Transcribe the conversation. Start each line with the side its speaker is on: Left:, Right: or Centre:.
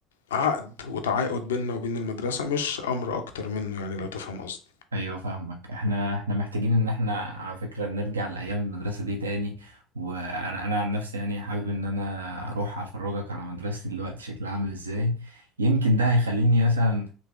Left: عقد وتعاقد بيننا وبين المدرسة مش أمر أكتر منه يعني لو تفهم قصدي
Right: ايوه فاهمك احنا احنا محتاجين ان احنا على فكره نرجع لايام المدرسه دي تاني وانا انا عن نفسي يعني حابب ان انا اروح افرجك على مدرستي دلوقتي شكلها عامل ازاي يمكن ده هيخليني مثلا